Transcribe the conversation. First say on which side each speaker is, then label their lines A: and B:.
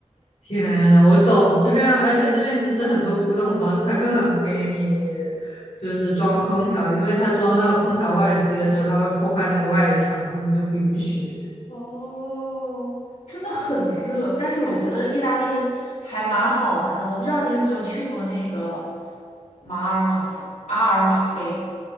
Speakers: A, on the left; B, on the left.
A: 天呐，我懂这边，而且这边其实很多古董房子，它根本不给你就是装空调，因为它装到空调外机的时候，它会破坏那个外墙，他们就不允许。
B: 哦，真的很热。但是我觉得意大利还蛮好玩的，我不知道你有没有去过那个马尔马菲，阿尔马菲